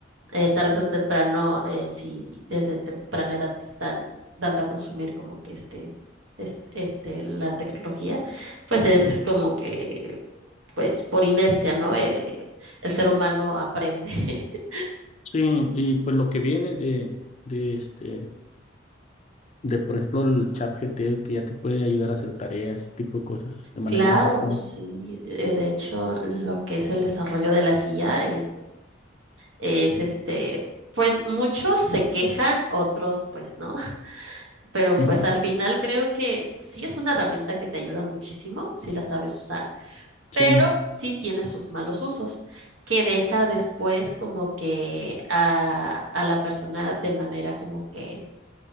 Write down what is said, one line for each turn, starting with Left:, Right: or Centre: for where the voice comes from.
Right: Eh, tarde o temprano, eh, si desde temprana edad te están dando a consumir como que este, este, este, la tecnología, pues es como que, pues por inercia, ¿no? Eh, el ser humano aprende. <laughs>
Left: Sí, y pues lo que viene de de este de, por ejemplo, el chat G T O que ya te puede ayudar a hacer tareas, ese tipo de cosas, de manera
Right: Claro,
Left: más rápida.
Right: sí. eh, De hecho, lo que es el desarrollo de la silla es este, pues muchos se quejan, otros pues no, <laughs> pero
Left: Ujú,
Right: pues al final creo que sí es una herramienta que te ayuda muchísimo si la sabes usar,
Left: Sí,
Right: pero sí tiene sus malos usos, que deja después como que a, a la persona de manera como que